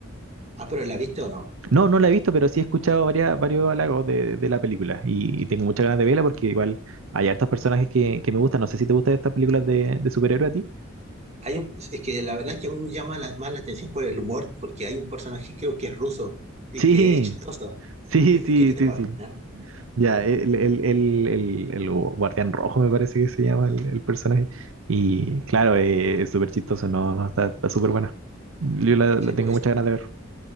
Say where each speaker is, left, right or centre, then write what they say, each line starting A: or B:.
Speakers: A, on the right (about 30°); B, on the right (about 70°).
A: Ah, pero ¿la viste o no?
B: No, no la he visto, pero sí he escuchado varias, varios halagos de, de la película y, y tengo muchas ganas de verla porque igual hay hartos personajes que, que me gustan. No sé si te gustan estas películas de, de superhéroe a ti.
A: Hay un- es que la verdad es que a mí me llama la- más la atención por el humor, porque hay un personaje creo que es ruso y
B: Sí,
A: que es chistoso,
B: sí,
A: eh,
B: sí,
A: que tiene
B: sí,
A: para...
B: sí.
A: ¿eh?
B: Ya, el, el, el, el- el Guardián Rojo me parece que se llama el, el personaje. Y claro, eh, es súper chistoso, no, no, está, está súper buena. Yo la,
A: Sí,
B: la tengo
A: pues,
B: muchas ganas de ver.